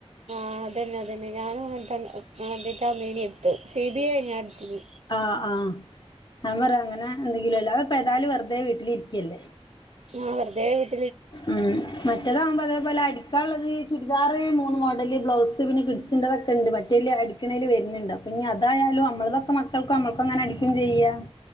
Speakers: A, on the right (about 80°); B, on the left (about 45°).
A: ആഹ് അത് തന്നെ അത് തന്നെ ഞാനും തന്നെ എന്തിട്ടാ <unintelligible> എടുത്തു സി ബി ഐ ഞാൻ എടുത്ത്ക്കണ്.
B: ആഹ് ആഹ് ഞാൻ പറ അങ്ങനെ എന്തെങ്കിലുമല്ലോ അഹ് പ്പാതെയാലും വെറുതെ വീട്ടിലിരിക്കയല്ലേ.
A: ആ് ഹ് വെറതെ വി
B: ഉം. മറ്റേതാവുമ്പോ അതേപോലെ അ ക്കാള്ളത് അത് ചുരിദാർ മൂന്ന് മോഡല് ബ്ലൗസ് പിന്നെ കിഡ്സിന്റെ തൊക്കെയുണ്ട്. മറ്റേ അടിക്കണേൽ വരുന്നുണ്ട് പിന്നെ അതായാലും നമ്മളതൊക്കെ മക്കൾക്കും നമ്മൾക്കും അങ്ങനെ അടിക്കും ചെയ്യാം.